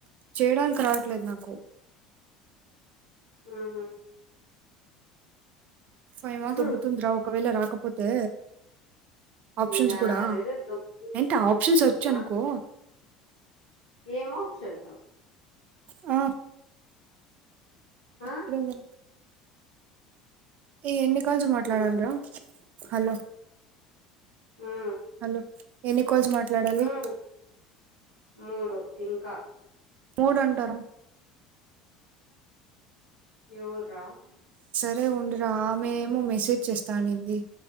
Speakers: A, on the right; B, on the left.
A: చేయడానికి రావట్లేదు నాకు
B: ఆహా
A: ఫైమా
B: హ్మ్
A: దొబ్బుతుంది రా ఒకవేళ రాకపోతే ఆప్షన్స్
B: నాదేదో
A: కూడా
B: దొబ్బే
A: ఏంటి ఆప్షన్స్ వచ్చు
B: ఆ
A: అనుకో
B: ఏం ఆప్షన్స్
A: హ
B: ఆ
A: ఇక్కడుంది ఈ ఎన్ని కాల్స్ మాట్లాడాలరా
B: హలో
A: హలో
B: మ్మ్
A: హలో ఎన్ని కాల్స్ మాట్లాడాలి
B: మ్మ్ మూడు ఇంకా
A: మూడు అంటా రా
B: ఎవర్రా
A: అరె ఉండు రాఅమే ఏమో మెసేజ్ చేస్తా అనింది